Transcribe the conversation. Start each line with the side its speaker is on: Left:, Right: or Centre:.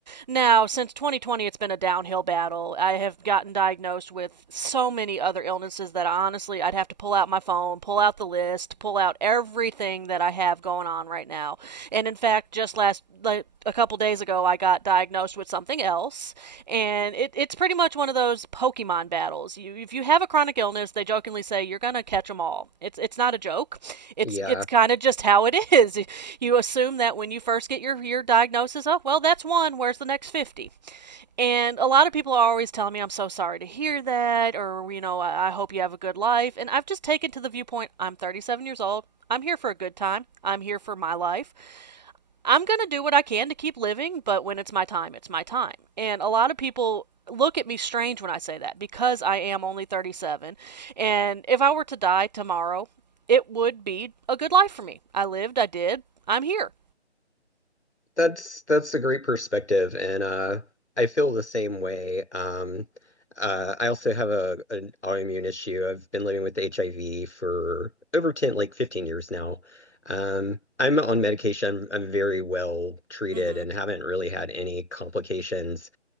Right: Now, since 2020, it's been a downhill battle. I have gotten diagnosed with so many other illnesses that honestly, I'd have to pull out my phone, pull out the list, pull out everything that I have going on right now. And in fact, just last like a couple days ago I got diagnosed with something else, and it, it's pretty much one of those Pokemon battles. You, if you have a chronic illness, they jokingly say you're gonna catch them all. It's it's not a joke. It's
Left: Yeah,
Right: it's kind of just how it <laughs> is. You assume that when you first get your your diagnosis, oh well, that's one. Where's the next fifty? And a lot of people are always telling me, I'm so sorry to hear that, or, you know, I, I hope you have a good life. And I've just taken to the viewpoint I'm 37 years old. I'm here for a good time. I'm here for my life. I'm going to do what I can to keep living, but when it's my time, it's my time. And a lot of people look at me strange when I say that because I am only 37. And if I were to die tomorrow, it would be a good life for me. I lived, I did, I'm here.
Left: that's that's a great perspective, and uh, I feel the same way. Um, uh, I also have a an autoimmune issue. I've been living with HIV for over 10, like 15 years now. Um, I'm on medication. I'm, I'm very well treated
Right: Mm hmm.
Left: and haven't really had any complications